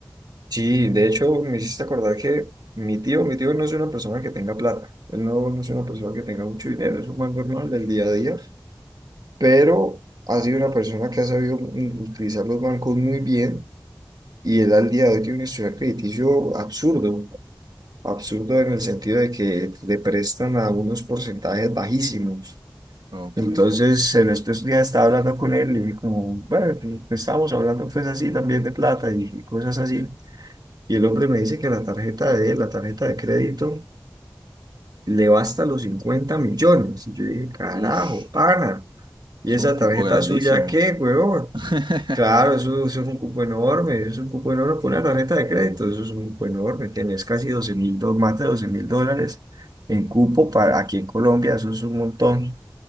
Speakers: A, on the right; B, on the right.
A: Sí, de hecho, me hiciste acordar que mi tío, mi tío no es una persona que tenga plata. Él no, no es una persona que tenga mucho dinero, es un man normal del día a día. Pero ha sido una persona que ha sabido mm, utilizar los bancos muy bien y él al día de hoy tiene un historial crediticio absurdo. Absurdo en el sentido de que le prestan a unos porcentajes bajísimos
B: Ok.
A: Entonces, en estos días estaba hablando con él y dije como, bueno, pues, pues, estábamos hablando pues así también de plata y y cosas así. Y el hombre me dice que la tarjeta de él, la tarjeta de crédito, le basta los 50 millones. Y yo dije, carajo,
B: Ush,
A: pana, ¿y
B: es
A: esa
B: un cupo
A: tarjeta
B: grandísimo.
A: suya qué, huevón?
B: <laughs>
A: Claro, eso, eso es un cupo enorme, eso es un cupo enorme por una tarjeta de crédito, eso es un cupo enorme, tenés casi doce mil, más de doce mil dólares en cupo para aquí en Colombia, eso es un montón